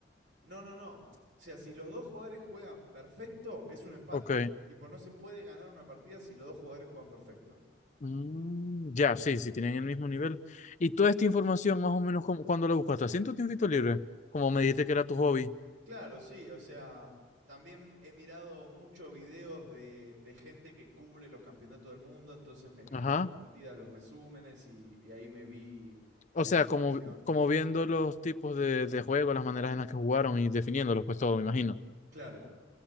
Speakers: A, on the right (about 85°); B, on the left (about 40°).
A: No, no, no. O sea, si los dos jugadores juegan perfecto, es un empate.
B: ¿ok?
A: Tipo, no se puede ganar una partida si los dos jugadores juegan perfecto.
B: Mm, ya, sí, sí, tienen el mismo nivel. Y toda esta información, más o menos, como, ¿cuándo la buscaste? ¿Haciendo tiempito libre? Como me dijiste que era tu hobby.
A: Claro, sí, o sea, también he mirado muchos videos de, de gente que cubre los campeonatos del mundo, entonces me vi
B: Ajá.
A: todas las partidas, los resúmenes y, y ahí me vi la
B: O sea,
A: explicación.
B: como, como viendo los tipos de, de juego, las maneras en las que jugaron y definiéndolos, pues todo, me imagino.
A: Claro.